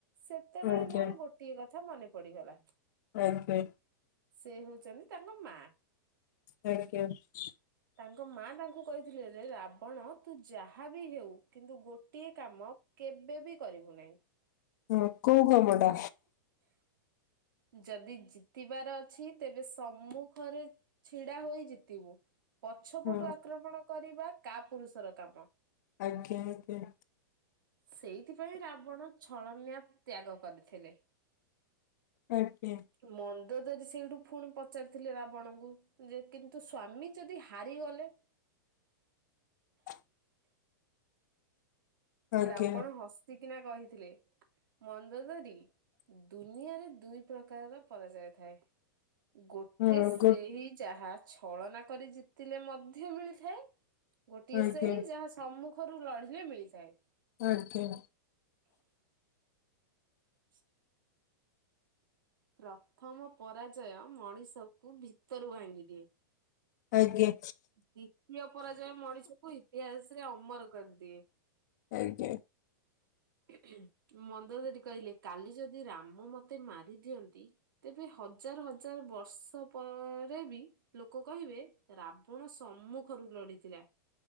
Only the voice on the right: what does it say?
ସେତେବେଳେ
ମୋର ଗୋଟିଏ କଥା ମନେ ପଡିଗଲା।
ସେ ହଉଛନ୍ତି ତାଙ୍କ ମା।
ତାଙ୍କ ମା ତାଙ୍କୁ କହିଥିଲେ ରେ ରାବଣ ତୁ ଯାହା ବିି ହେଉ କିନ୍ତୁ ଗୋଟିଏ କାମ କେବେ ବି କରିବୁ ନାହିଁ।
ଯଦି ଜିତିବାର ଅଛି ତେବେ ସମ୍ମୁଖରେ ଛିଡା ହୋଇ ଜିତିବୁ ପଛ
ପଟୁ ଆକ୍ରମଣ କରିବା କା ପୁରୁଷର କାମ।
ସେଇଥିପାଇଁ ରାବଣ ଛଳନିଆ ତ୍ୟାଗ କରିଥିଲେ।
ମନ୍ଦ ଧରି ସେଇଠୁ ପୁଣି ପଚାରିଥିଲେ ରାବଣଙ୍କୁ ଯେ କିନ୍ତୁ ସ୍ଵାମୀ ଯଦି ହାରିଗଲେ
ରାବଣ ହସିକିନା କହିଥିଲେ ମନ୍ଦ ଧରି ଦୁନିଆରେ ଦୁଇ ପ୍ରକାରର ପରାଜୟ ଥାଏ। ଗୋଟେ
ସେଇ
ଯାହା ଛଳନା କରି ଜିତିଲେ ମଧ୍ୟ ମିଳିଥାଏ ଗୋଟିଏ
ସେଇ ଯାହା ସମ୍ମୁଖରୁ ଲଢିଲେ ମିଳିଥାଏ।
<unintelligible> ପ୍ରଥମ ପରାଜୟ ମଣିଷକୁ ଭିତରୁ ଭାଙ୍ଗିଦିଏ।
ଦ୍ଵିତୀୟ ପରାଜୟ ମଣିଷକୁ ଇତିହାସରେ ଅମର କରିଦିଏ।
ଖୁଁ ଖୁଁ ମନ୍ଦ ଦରି କହିଲେ କାଲି ଯଦି ରାମ ମତେ ମାରି ଦିଅନ୍ତି ତେବେ ହଜାର ହଜାର ବର୍ଷ ପରେ ବି ଲୋକ କହିବେ ରାବଣ ସମ୍ମୁଖରୁ ଲଢିଥିଲା।